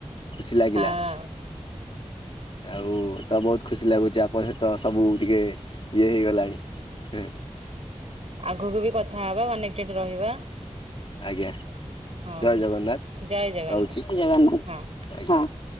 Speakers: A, on the left (about 50°); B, on the right (about 70°).
A: ଖୁସି ଲାଗିଲା।
B: ହଁ
A: ଆଉ ତ ବହୁତ ଖୁସି ଲାଗୁଛି ଆପଣ ସହିତ ସବୁ ଟିକେ ଇଏ ହେଇଗଲାଣି। ହେଁ।
B: ଆଗକୁ ବି କଥା ହବା କନେକ୍ଟେଡ ରହିବା।
A: ଆଜ୍ଞା
B: ହଁ
A: ଜୟ ଜଗନ୍ନାଥ
B: ଜୟ ଜଗନ୍ନାଥ
A: ରହୁଛି, ଜୟ ଜଗନ୍ନାଥ,
B: ହଁ।
A: ଆଜ୍ଞା, ହଁ।